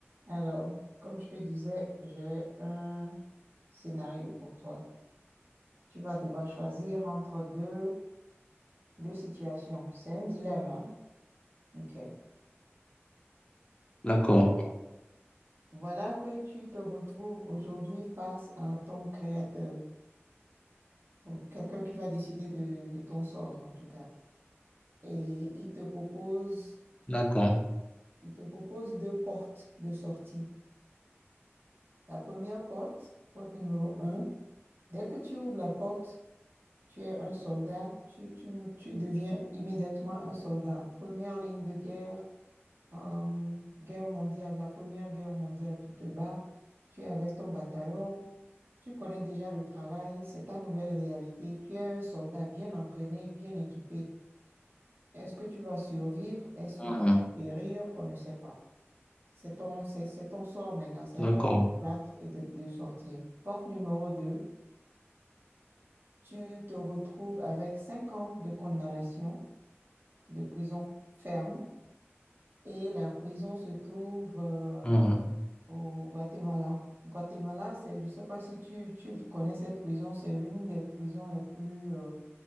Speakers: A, on the right (about 55°); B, on the left (about 25°).
A: Alors, comme je te disais, j'ai un scénario pour toi. Tu vas devoir choisir entre deux, deux situations. C'est un dilemme, hein? OK.
B: D'accord,
A: Voilà que tu te retrouves aujourd'hui face à ton créateur, ou quelqu'un qui va décider de, de ton sort, en tout cas. Et il te propose,
B: d'accord,
A: il te propose deux portes de sortie. La première porte, porte numéro un, dès que tu ouvres la porte, Tu es un soldat, tu, tu, tu deviens immédiatement un soldat. Première ligne de guerre, euh, guerre mondiale, la première guerre mondiale, tu te bats, tu es avec ton bataillon, tu connais déjà le travail, c'est ta nouvelle réalité. Tu es un soldat bien entraîné, bien équipé. Est-ce que tu vas survivre? Est-ce
B: Mhm.
A: que tu vas périr? On ne sait pas. C'est ton, c'est, c'est ton sort maintenant, c'est
B: d'accord.
A: à toi de te battre et de, de sortir. Porte numéro 2. tu te retrouves avec 5 ans de condamnation de prison ferme et la prison se trouve euh,
B: Mhm.
A: au Guatemala. Guatemala, c'est, je ne sais pas si tu, tu connais cette prison, c'est l'une des prisons les plus, euh,